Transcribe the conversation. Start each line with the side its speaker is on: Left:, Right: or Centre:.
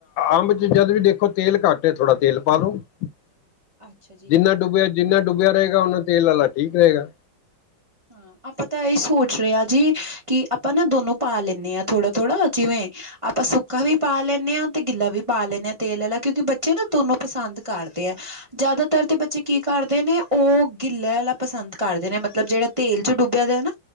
Left: ਅੰਬ ਚ ਜਦ ਵੀ ਦੇਖੋ ਤੇਲ ਘੱਟ ਹੈ ਥੋੜਾ ਤੇਲ ਪਾ ਲੋ <inaudible>
Right: ਅੱਛਾ ਜੀ
Left: ਜਿੰਨਾ ਡੁੱਬਿਆ ਜਿੰਨਾ ਡੁੱਬਿਆ ਰਹੇਗਾ ਓਨਾ ਤੇਲ ਵਾਲਾ ਠੀਕ ਰਹੇਗਾ।
Right: ਹਾਂ ਆਪਾਂ ਤਾਂ ਇਹਹੀ ਸੋਚ ਰਹੇ ਹਾਂ ਜੀ, ਕਿ ਆਪਾਂ ਨਾ ਦੋਨੋ ਪਾ ਲੈਂਦੇ ਹਾਂ ਥੋੜਾ-ਥੋੜਾ ਜਿਵੇਂ ਆਪਾਂ ਸੁੱਕਾ ਵੀ ਪਾ ਲੈਂਦੇ ਹਾਂ, ਤੇ ਗਿੱਲਾ ਵੀ ਪਾ ਲੈਂਦੇ ਹਾਂ ਤੇਲ ਵਾਲਾ ਕਿਉਂਕਿ ਬੱਚੇ ਨਾ ਦੋਨੋਂ ਪਸੰਦ ਕਰਦੇ ਆ। ਜ਼ਿਆਦਾਤਰ ਤੇ ਬੱਚੇ ਕੀ ਕਰਦੇ ਨੇ ਉਹ ਗਿੱਲਲੇ ਵਾਲਾ ਪਸੰਦ ਕਰਦੇ ਨੇ ਮਤਲਬ ਜਿਹੜਾ ਤੇਲ ਚ ਡੁੱਬਿਆ ਦੇ ਨਾ,